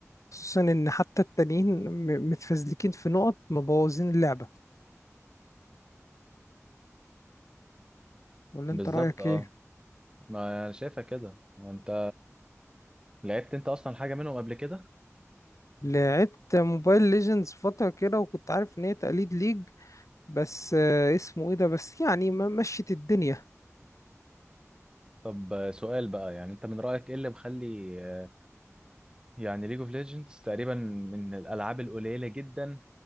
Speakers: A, on the left (about 70°); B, on the right (about 15°).
A: خصوصا ان حتى التانيين م- متفزلكين في نقط مبوظين اللعبة ولا
B: بالظبط
A: انت رأيك
B: اه
A: ايه
B: ما انا شايفها كده وانت لعبت انت اصلا حاجه منهم قبل كده
A: لعبت موبايل ليجندز فترة كده وكنت عارف ان هي تقليد ليج بس آه، اسمه ايه ده بس يعني ما مشت الدنيا
B: طب آه، سؤال بقى يعني انت من رايك ايه اللي مخلي آه، يعني ليج اوف ليجندز تقريبا من الالعاب القليله جدا